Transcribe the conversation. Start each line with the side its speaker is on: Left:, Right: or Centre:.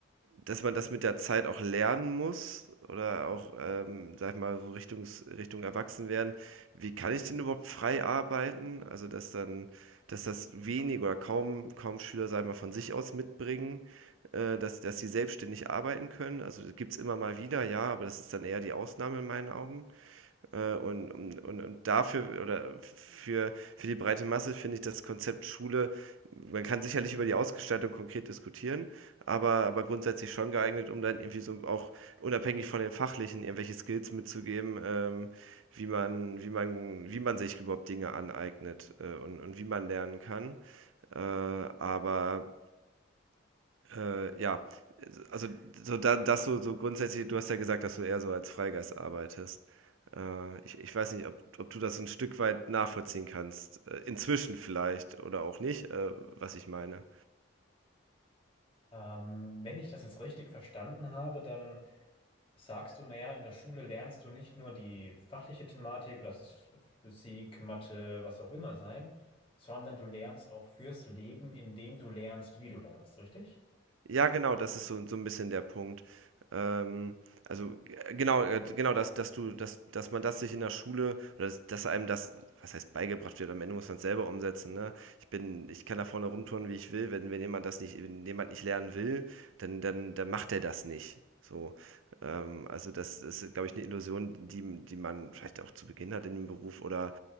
Right: dass man das mit der Zeit auch lernen muss oder auch, ähm, sage ich mal, so Richtung Richtung Erwachsenwerden. Wie kann ich denn überhaupt frei arbeiten? Also, dass dann dass das wenig oder kaum kaum Schüler, sage ich mal, von sich aus mitbringen, äh, dass dass sie selbstständig arbeiten können. Also, gibt's immer mal wieder, ja, aber das ist dann eher die Ausnahme in meinen Augen. Äh, Und, und, und dafür oder für, für die breite Masse finde ich das Konzept Schule, man kann sicherlich über die Ausgestaltung konkret diskutieren, aber, aber grundsätzlich schon geeignet, um dann irgendwie so auch unabhängig von den fachlichen irgendwelche Skills mitzugeben, ähm, wie man, wie man, wie man sich überhaupt Dinge aneignet äh, und, und wie man lernen kann. Äh, aber äh, ja, also so da, das so, so grundsätzlich, du hast ja gesagt, dass du eher so als Freigeist arbeitest. Äh, ich, ich weiß nicht, ob, ob du das so ein Stück weit nachvollziehen kannst. Äh, inzwischen vielleicht oder auch nicht, äh, was ich meine.
Left: Ähm, wenn ich das jetzt richtig verstanden habe, dann sagst du, naja, in der Schule lernst du nicht nur die fachliche Thematik, lass es Physik, Mathe, was auch immer sein, sondern du lernst auch fürs Leben, indem du lernst, wie du lernst, richtig?
Right: Ja, genau, das ist so so ein bisschen der Punkt. Ähm, also, g genau, äh, genau, dass dass du dass dass man das sich in der Schule oder dass dass einem das was heißt beigebracht wird, am Ende muss man es selber umsetzen, ne? Ich bin ich kann da vorne rumtouren, wie ich will, wenn wenn jemand das nicht wenn jemand nicht lernen will, dann dann dann macht er das nicht, so. Ähm, also, das ist, glaube ich, eine Illusion, die die man vielleicht auch zu Beginn hat in dem Beruf oder